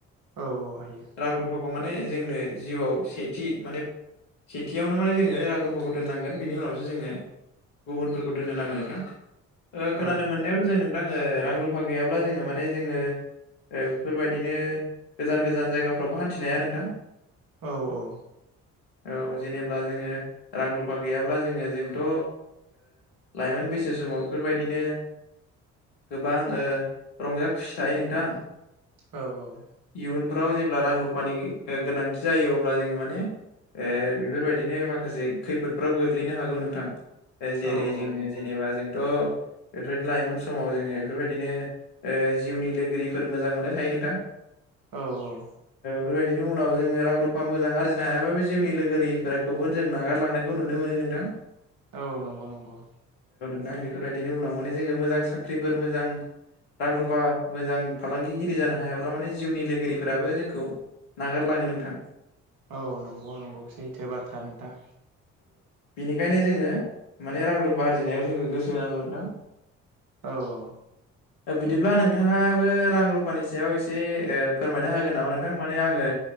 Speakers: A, on the right (about 60°); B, on the left (about 80°).
A: औ औ हायो
B: रां रुफाखौ माने जोंनो जिउआव सेथि माने सेथियावनो माने जोङो रां रुफाखौ दोननांगोन बिनि उनावसो जोङो गुबुनफोरखौ दोननो नांगोन नोंथां। खोनानो
A: औ
B: मोननायावाथ' जों नोंथां जोंङो रां रुफा गैयाब्ला जोङो माने जोङो बेफोरबायदिनो गोजान गोजान जायगाफ्रावबो हान्थिनाया नोंथां।
A: औ औ
B: औ जेनेब्ला जोङो रां रुफा गैयाब्ला जोङो जोंथ' लाइमोन बैसो समाव बेफोरबायदिनो गोबां रंजा खुसि थायो नोंथां
A: औ औ
B: इयुन फोराव जेब्ला रां रुफानि गोनांथि जायो अब्ला जोङो माने ए बेफोरबायदिनो माखासे खैफोदफ्राव गोग्लैनो हागौ नोंथां। जेरै
A: औ औ
B: जोंङो
A: नंगौ
B: जेनेबा जोंथ' बेफोरबायदि लाइमोन समाव जोङो बेफोरबायदिनो जिउनि लोगोरिफोर मोजां मोननाय थायो नोंथां।
A: औ औ
B: बेफोरबायदिनि उनाव जोङो रां रुफा मोजां आरजिनो हायाबो जिउनि लोगोरिफोरखौबो जों नागारलांनायखौ नुनो मोनो नोंथां
A: औ नंगौ नंगौ
B: आं बेफोरबायदिनि उनाव माने जोङो मोजां साख्रिफोर मोजां रां रुफा मोजां फालांगिगिरि जानो हायाब्ला माने जिउनि लोगोरिफोराबो जोंखौ नागारलाङो नोंथां
A: औ नंगौ नंगौ सैथो बाथ्रा नोंथां
B: बिनिखायनो जोङो माने रां रुफा आरजिनायाव जोङो गोसो होनांगौ नोंथां
A: औ औ
B: बिदिब्ला नों नोंथाङाबो रां रुफानि सायाव एसे ओ फोरमायना होगोन नामा नोंथां माने आङो